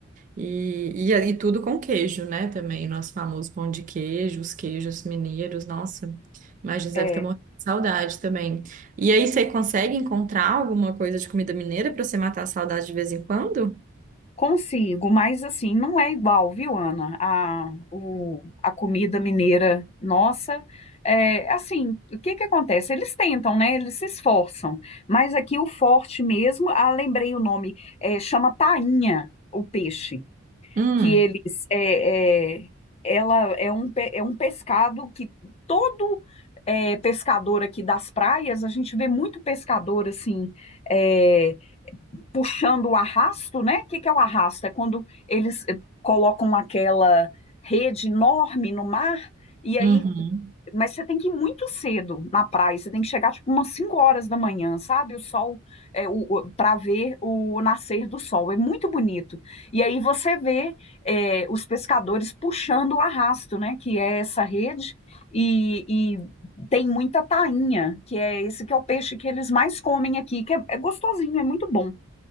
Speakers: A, on the right (about 40°); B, on the left (about 30°).
A: E, e, e tudo com queijo, né? Também, nosso famoso pão de queijo, os queijos mineiros, nossa, imagina, deve
B: É,
A: ter morrendo de saudade também. E aí, você consegue encontrar alguma coisa de comida mineira para você matar a saudade de vez em quando?
B: Consigo, mas assim, não é igual, viu, Ana? A, o, a comida mineira nossa. É, assim, o que que acontece? Eles tentam, né? Eles se esforçam. Mas aqui o forte mesmo, ah, lembrei o nome, é, chama tainha, o peixe,
A: Hum,
B: que eles, é, é, ela é um, pe- é um pescado que todo é, pescador aqui das praias, a gente vê muito pescador assim, é, puxando o arrasto, né? O que, que é o arrasto? É quando eles eh, colocam aquela rede enorme no mar, e
A: uhum.
B: aí. Mas você tem que ir muito cedo na praia, você tem que chegar tipo umas 5 horas da manhã, sabe? O sol, é, para ver o nascer do sol, é muito bonito. E aí você vê é, os pescadores puxando o arrasto, né? Que é essa rede, e, e tem muita tainha, que é esse que é o peixe que eles mais comem aqui, que é, é gostosinho, é muito bom.